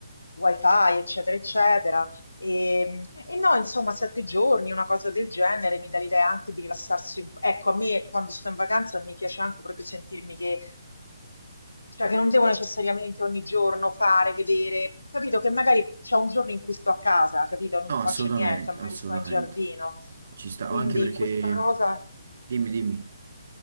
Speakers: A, on the left; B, on the right.
A: wifi, eccetera, eccetera. E, e no, insomma, sette giorni, una cosa del genere, mi dà l'idea anche di rilassarsi un po'. Ecco, a me quando sto in vacanza mi piace anche proprio sentirmi che, cioè, che non devo necessariamente ogni giorno fare, vedere, capito? Che magari c'è un giorno in cui sto a casa, capito? Non
B: No,
A: faccio
B: assolutamente,
A: niente, magari
B: assolutamente.
A: sto in giardino.
B: Ci sta,
A: Quindi
B: ma anche perché...
A: questa cosa,
B: Dimmi, dimmi.